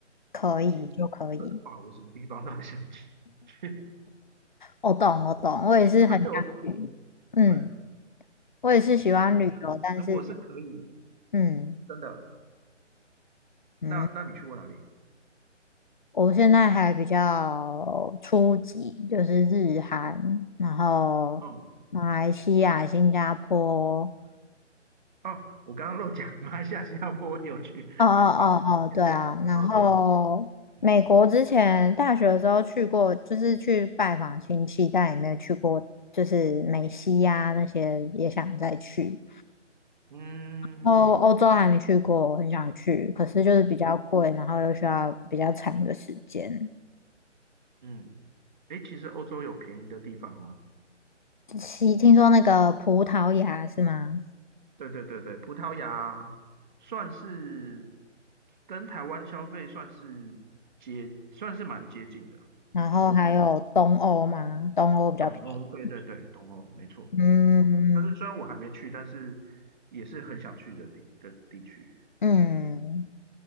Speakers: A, on the left; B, on the right.
A: 可以就可以。
B: 经济许可的话，我什么地方都 <laughs> 想去。<laughs>
A: 我懂，我懂，我也是很想去，
B: 对，我是
A: 嗯，
B: 对啊，
A: 我也是喜欢旅游，
B: 我是如果是可以，
A: 但是，嗯
B: 真的，
A: 嗯，
B: 那那你去过哪里？
A: 我现在还比较初级，就是日韩，然后马来西亚、
B: 嗯，
A: 新加坡，
B: 哦，我刚刚漏讲，马来西亚、<laughs> 新加坡我也有去。
A: 哦哦哦哦，
B: <laughs> 好，
A: 对啊，
B: 啊，
A: 然后美国之前大学的时候去过，
B: 还有什么？
A: 就是去拜访亲戚，但也没有去过，就是美西呀、那些也想再去。
B: 嗯
A: 哦，欧洲还没去过，我很想去，可是就是比较贵，
B: 嗯嗯
A: 然后又需要比较长的时间。
B: 嗯，诶，其实欧洲有便宜的地方哦。
A: 其听说那个葡萄牙是吗？
B: 对对对对，葡萄牙算是跟台湾消费算是接，算是蛮接近的。
A: 然后还有东欧吗？
B: 嗯。
A: 东欧比较便宜。
B: 东欧，对对对，东欧，没错，
A: 嗯
B: 东欧。但是虽然我还没去，但是也是很想去的地的地区。
A: 嗯，